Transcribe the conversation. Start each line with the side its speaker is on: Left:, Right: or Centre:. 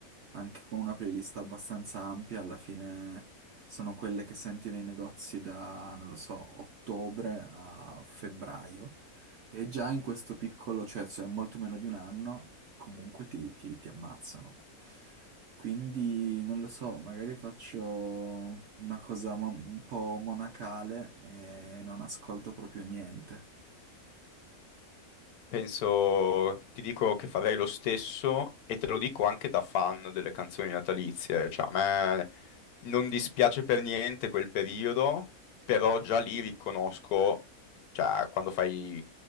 Right: anche con una playlist abbastanza ampia, alla fine sono quelle che senti nei negozi da, non lo so, ottobre a febbraio. E già in questo piccolo, cioè, cioè molto meno di un anno, comunque ti, ti- ti ammazzano. Quindi non lo so, magari faccio una cosa mo- un po' monacale e non ascolto proprio niente.
Left: Penso, ti dico che farei lo stesso e te lo dico anche da fan delle canzoni natalizie, cioè a me non dispiace per niente quel periodo, però già lì riconosco, cioè quando fai